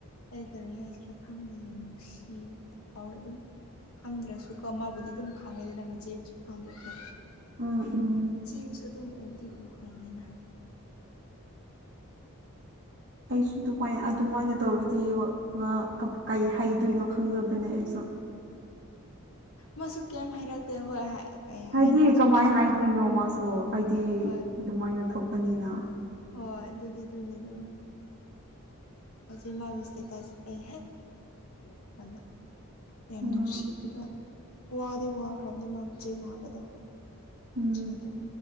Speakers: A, on the left; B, on the right.
A: ꯑꯩ ꯀꯔꯤ ꯍꯥꯏꯁꯤꯔꯥ ꯈꯪꯗꯦ ꯌꯥꯝ ꯅꯨꯡꯁꯤꯕ ꯐꯥꯎꯋꯦ ꯑꯗꯨꯝ ꯈꯪꯗ꯭ꯔꯁꯨꯀꯣ ꯃꯥꯕꯨꯗꯤ ꯑꯗꯨꯝ ꯈꯪꯉꯦꯗꯅ ꯃꯆꯦꯕꯨꯁꯨ ꯈꯪꯗ꯭ꯔꯁꯨ
B: ꯎꯝ ꯎꯝ
A: ꯃꯆꯦꯕꯨꯁꯨ ꯑꯗꯨꯝ ꯎꯕꯗꯤ ꯎꯈ꯭ꯔꯝꯅꯤꯅ
B: ꯑꯩꯁꯨ ꯑꯗꯨꯃꯥꯏ ꯑꯗꯨꯃꯥꯏꯅ ꯇꯧꯔꯗꯤ ꯋꯥ ꯀꯩ ꯍꯩꯗꯣꯏꯅꯣ ꯈꯪꯗꯕꯅꯦ ꯑꯩꯁꯨ
A: ꯃꯁꯨ ꯀꯩꯝ ꯍꯥꯏꯩꯔꯛꯇꯦ ꯍꯣꯏ ꯀꯩ
B: ꯍꯥꯏꯗꯤ
A: ꯍꯥꯏꯅꯤꯡꯉꯁꯨ
B: ꯀꯃꯥꯏꯅ
A: ꯃꯥꯁꯨ
B: ꯍꯥꯏꯗꯣꯏꯅꯣ ꯃꯥꯁꯨ ꯍꯥꯏꯗꯤ
A: ꯍꯣꯏ
B: ꯑꯗꯨꯃꯥꯏꯅ ꯊꯣꯛꯄꯅꯤꯅ
A: ꯍꯣꯏ ꯑꯗꯨꯗꯤ ꯑꯗꯨꯅꯦ ꯑꯗꯨ ꯑꯁꯤ ꯃꯥꯒꯤ ꯏꯁꯇꯦꯇꯁ ꯑꯩ ꯍꯦꯛ ꯎꯕꯗ ꯌꯥꯝ
B: ꯎꯝ
A: ꯅꯨꯡꯁꯤꯕ ꯋꯥꯗꯤ ꯋꯥꯈ꯭ꯔꯕꯅꯤ ꯃꯥ ꯃꯆꯦ ꯅꯥꯕꯗ
B: ꯎꯝ
A: ꯆꯦꯗꫭ